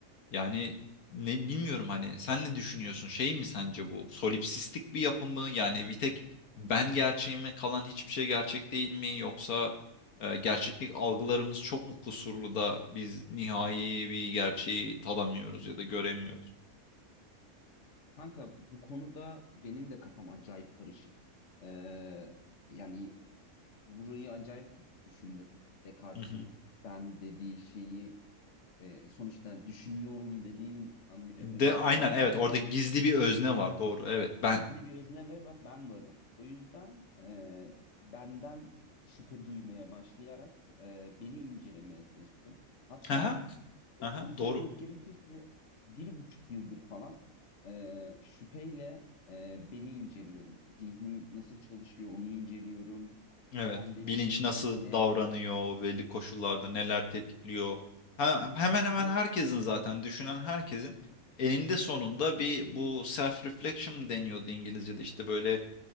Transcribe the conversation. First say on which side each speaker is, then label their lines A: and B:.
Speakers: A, on the left (about 80°); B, on the left (about 55°).
A: Yani ne bilmiyorum hani sen ne düşünüyorsun? Şey mi sence bu? Solipsistik bir yapı mı? Yani bir tek ben gerçeğime kalan hiçbir şey gerçek değil mi? Yoksa e, gerçeklik algılarımız çok mu kusurlu da biz nihai bir gerçeği tadamıyoruz ya da göremiyoruz?
B: Kanka bu konuda benim de kafam acayip karışık. Ee, yani burayı acayip düşündüm. Descartes'in
A: Hı hı.
B: ben dediği şeyi e, sonuçta düşünüyorum dediğin an bile
A: De
B: öncesine
A: aynen
B: onu
A: evet
B: koyuyorsun
A: orada
B: ya.
A: gizli bir özne var doğru evet ben.
B: gizli bir özne ve va- ben varım. O yüzden e, benden şüphe duymaya başlayarak e, beni incelemeye çalıştım. Hatta
A: Aha,
B: doğrusunu
A: aha,
B: söylemek
A: doğru.
B: gerekirse bir buçuk yıldır falan e, şüpheyle e, beni inceliyorum. Zihnim nasıl çalışıyor onu inceliyorum.
A: Evet.
B: Ben dediğim
A: Bilinç
B: şey
A: nasıl
B: ne?
A: davranıyor, belli koşullarda neler tetikliyor. He- Hemen hemen
B: Evet.
A: herkesin zaten düşünen herkesin eninde sonunda bir bu self reflection mı deniyordu İngilizce'de işte böyle